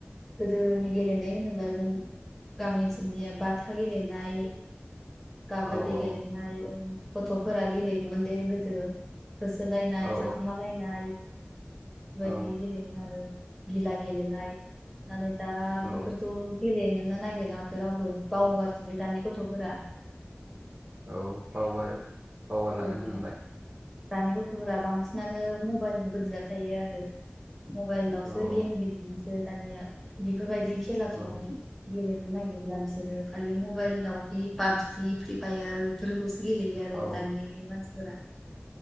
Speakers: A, in the centre; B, on the right.
A: गोदोनि गेलेनाय होनोब्ला जों गामि जोंनिया बाथा गेलेनाय खाबादि
B: औ
A: गेलेनाय
B: औ
A: गथ'फोरा गेलेयोमोन दि गोदो। होसोलायनाय,
B: औ
A: थाखोमालायनाय बेबायदि
B: औ
A: गेलेयोमोन आरो गिला गेलेनाय नालाय दा
B: औ
A: बेफोरखौ गेलेनोनो नागिरला माथो रावबो। बावगारखोबबाय दानि गथ'फोरा।
B: औ बावगार बावगारलांनो
A: ओं
B: हमबाय।
A: दानि गथ'फोरा बांसिनानो मबाइलजों गोदोना थायो आरो। मबाइलावसो
B: औ औ
A: गेम गेलेयोसो दानिया बेफोरबायदि खेलाखौ
B: औ
A: गेले बिसोरो खालि मबाइल फाबजि फ्रि फायार बेफोरखौसो गेलेयो आरो
B: औ
A: दानि मानसिफोरा।